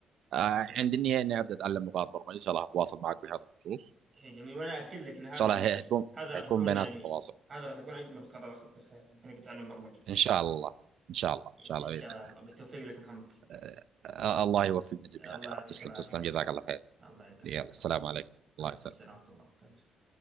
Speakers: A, on the right (about 70°); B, on the right (about 40°).
A: آه
B: أوكي
A: عندي النية إني أبدأ أتعلم لغات برمجة إن شاء الله أتواصل معك بهذا الخصوص
B: هي جميل وأنا أكد لك إن هذا
A: إن شاء
B: يعني
A: الله هيكون
B: هذا راح
A: هيكون
B: يكون
A: بيناتنا
B: يعني
A: تواصل
B: هذا راح يكون أجمل قرار أخذته في حياتي إنك تتعلم برمجة
A: إن شاء الله إن شاء الله إن شاء
B: إن
A: الله
B: شاء
A: بإذن الله
B: الله بالتوفيق لك محمد
A: آه آه، الله يوفقنا جميعا
B: الله يعطيك
A: يا رب تسلم
B: العافية
A: تسلم
B: يا رب
A: جزاك الله خير
B: الله يجزاك
A: يلا
B: خير يا
A: السلام
B: رب
A: عليكم الله
B: عليكم
A: يسلمك
B: السلام ورحمة الله وبركاته